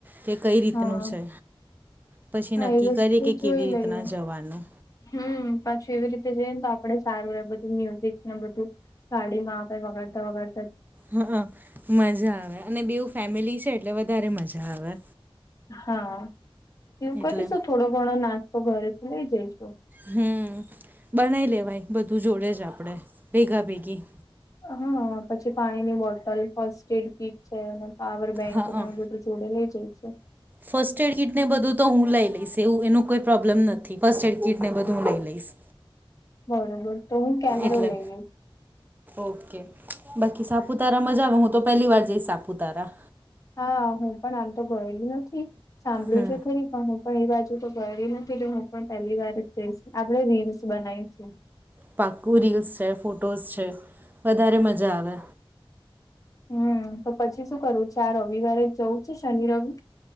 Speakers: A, on the right; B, on the left.
A: કે કઈ રીતનું
B: હા
A: છે, પછી
B: હા
A: નક્કી
B: એ વસ્તુ
A: કરે કે કેવી
B: જોઈ
A: રીતના
B: લઈએ
A: જવાનું
B: હમ પાછું એવી રીતે જઈએ ને તો આપડે સારું રે બધું મ્યુઝિકને બધું ગાડીમાં આપે વગાડતા વગા
A: હા મજા આવે અને બેવ ફેમિલી છે, એટલે વધારે મજા આવે
B: હા એવું કરીશું
A: એટલે
B: થોડો ઘણો નાસ્તો ઘરેથી લઈ જઈશું
A: હમ બનાવી લેવાય બધું જોડે જ આપણે ભેગા ભેગી
B: હા પછી પાણીની બોટલ ફર્સ્ટ એડ કીટ છે, અને પાવર બેંક
A: હા
B: નેવુ બ ધુ જોડે લઈ જઈશે
A: ફર્સ્ટ એડ કીટ ને બધું તો હું લઈ લઈશ એવું એનું કોઈ પ્રોબ્લમ નથી ફર્સ્ટ એડ કીટ ને બધું હું લઈ લઈશ
B: બરોબર તો હું કેમેરા
A: એટલે
B: લઈ લઈ
A: ઓકે બાકી સાપુતારા મજામાં હું તો પેલી વાર જઈશ સાપુતારા
B: હા હું પણ આમ તો ગયેલ નથી સાંભળ્યું
A: હમ
B: છે, ખરી પણ હું પણ એ બાજુ તો ગયલી નથી એટલે હું પણ પહેલી વાર જઈશ આપડે રીલ્સ બનાવીશુ
A: પાક્કું રીલ્સ છે, ફોટોઝ છે, વધારે મજા આવે
B: હમ તો પછી શું કરવું છે, આ રવિવારે જવું છે, શનિ રવિ